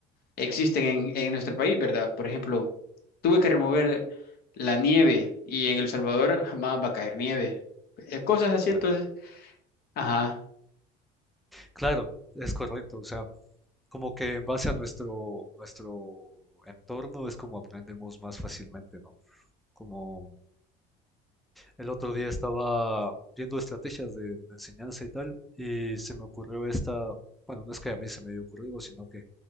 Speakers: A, on the left (about 55°); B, in the centre.
A: existen en, en nuestro país, ¿verdad? Por ejemplo, tuve que remover la nieve y en El Salvador jamás va a caer nieve. Eh, cosas así,
B: claro.
A: entonces, ajá.
B: Claro, es correcto. O sea, como que en base a nuestro, nuestro entorno es como aprendemos más fácilmente, ¿no? Como el otro día estaba viendo estrategias de, de enseñanza y tal, y se me ocurrió esta, bueno, no es que a mí se me haya ocurrido, sino que